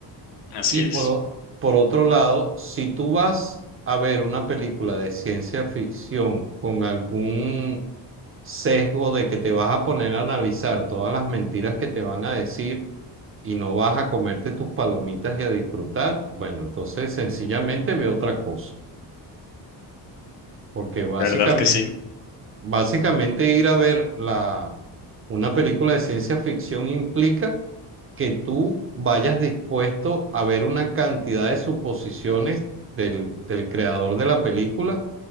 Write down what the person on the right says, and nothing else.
Y
por, o- por otro lado, si tú vas a ver una película de ciencia ficción con algún sesgo de que te vas a poner a analizar todas las mentiras que te van a decir y no vas a comerte tus palomitas y a disfrutar, bueno, entonces sencillamente ve otra cosa, porque básicamente
Básicamente ir a ver la, una película de ciencia ficción implica que tú vayas dispuesto a ver una cantidad de suposiciones del, del creador de la película